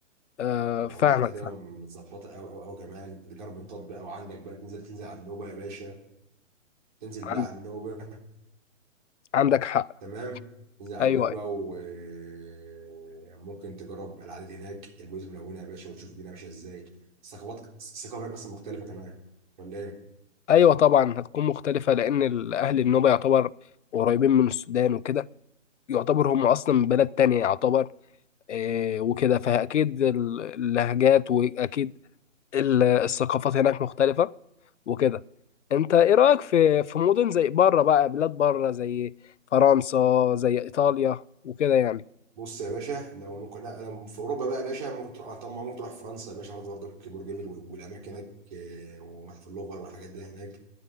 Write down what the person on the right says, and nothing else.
لو
رحت هتبقى
متظبطه قوي قوي قوي كمان تجرب نطاط بقى وعندك بقى تنزل تنزل على النوبه يا باشا تنزل
بقى على النوبه
تمام تنزل على
النوبه
وممكن <laughs> تجرب العادات هناك البيوت الملونه يا باشا وتشوف الدنيا ماشيه ازاي الثقافات الثقافه هناك اصلا مختلفه كمان ولا ايه؟
بص يا باشا لو ممكن لا لو في اوروبا بقى يا باشا ممكن تروح طبعا ممكن تروح فرنسا يا باشا برضه برضك برج ايفل والاماكن هناك آه، ومتحف اللوفر والحاجات دي هناك